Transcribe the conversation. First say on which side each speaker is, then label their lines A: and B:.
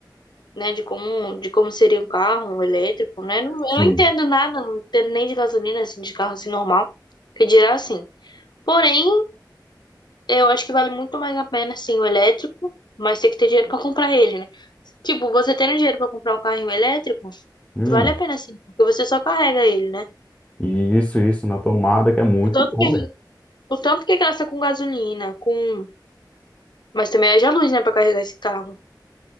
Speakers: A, on the left; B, on the left.
A: né, de como, de como seria um carro, um elétrico, né? Não-
B: Sim.
A: eu não entendo nada, não entendo nem de gasolina, assim, de carro assim normal, que dirá assim. Porém, Eu acho que vale muito mais a pena, assim, o elétrico, mas tem que ter dinheiro pra comprar ele, né? Tipo, você tendo dinheiro pra comprar um carrinho elétrico,
B: Hum,
A: vale a pena sim, porque você só carrega ele, né?
B: e isso, isso na tomada que é muito
A: O tanto
B: bom,
A: que,
B: velho.
A: o tanto que gasta com gasolina, com. Mas também haja luz, né, pra carregar esse carro.